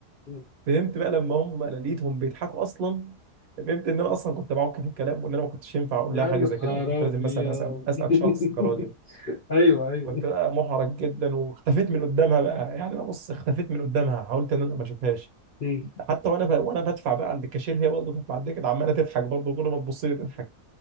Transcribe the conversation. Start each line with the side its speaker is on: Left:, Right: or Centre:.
Left: مم.
Right: فهمت بقى لما هم انا لقيتهم بيضحكوا اصلا فهمت ان انا اصلا كنت بعك في الكلام وان انا ما كنتش ينفع اقول
Left: يا
Right: لها حاجه
Left: نهار
Right: زي كده وكنت لازم
Left: ابيض
Right: مثلا اسال اسال
Left: <laughs>
Right: شخص كراجل
Left: ايوه ايوه
Right: كنت بقى محرج جدا واختفيت من قدامها بقى يعني انا بص اختفيت من قدامها حاولت ان انا ما اشوفهاش
Left: مم.
Right: حتى وانا بقى وانا بدفع بقى عند الكاشير هي برضه كانت معديه كانت عماله تضحك برضه كل ما تبص لي تضحك